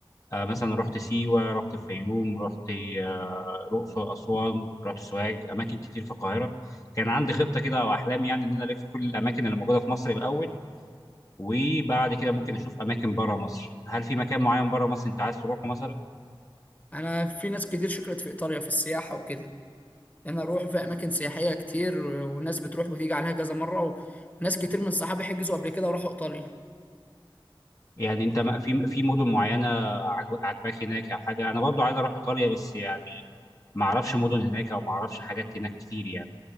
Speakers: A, on the left (about 35°); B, on the left (about 15°).
A: آه، مثلا رحت سيوة رحت الفيوم رحت آه، الأقصر أسوان رحت سوهاج أماكن كتير في القاهرة كان عندي خطة كده أو أحلام يعني إن أنا ألف كل الأماكن اللي موجودة في مصر الأول وبعد كده ممكن أشوف أماكن بره مصر هل في مكان معين بره مصر أنت عايز تروحه مثلا؟
B: انا في ناس كتير شكرت في ايطاليا في السياحه وكده انا اروح في اماكن سياحيه كتير والناس بتروح وتيجي عليها كذا مره و- وناس كتير من صحابي حجزوا قبل كده وراحوا ايطاليا
A: يعني انت ما- في في مدن معينه عجب- عجباك هناك او حاجه انا برضو عايز اروح ايطاليا بس يعني ما اعرفش مدن هناك او ما اعرفش حاجات هناك كتير يعني